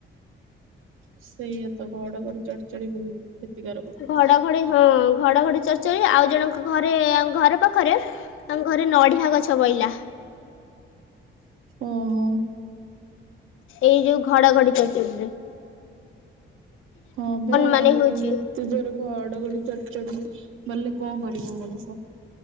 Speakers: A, on the right; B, on the left.
A: ସେଇଆ ତ ଘଡଘଡି, ଚଡ଼ ଚଡ଼ି ବହୁତ କ୍ଷତିକାରକ।
B: ଘଡଘଡି ହଁ ଘଡଘଡି ଚର୍ଚରି ଆଉ ଜଣଙ୍କ ଘରେ ଘର ପାଖରେ। ତାଙ୍କ ଘରେ ନଡ଼ିଆ ଗଛ ପଇଲା।
A: ଓହୋ।
B: ଏଇ ଯୋଉ ଘଡଘଡି ଚଡ୍ ଚଡିରେ।
A: ହବ ଆଉ
B: ମାନେ ହଉଛି
A: ଏ ତେ ଜୋରେ ଘଡଘଡି ଚଡ ଚଡି ମାଲେ କଣ କରିବ ମଣିଷ।